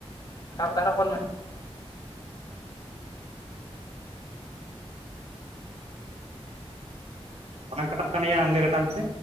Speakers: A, on the left; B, on the right.
A: ᱠᱟᱴᱟᱣ ᱠᱟᱛᱮ ᱟᱨᱦᱚᱸ ᱯᱷᱳᱱ ᱢᱮ᱾
B: ᱵᱟᱟᱝ ᱠᱟᱴᱟᱜ ᱠᱟᱱᱭᱟ ᱟᱢᱜᱮ ᱠᱟᱴᱟᱣ ᱢᱮᱥᱮ᱾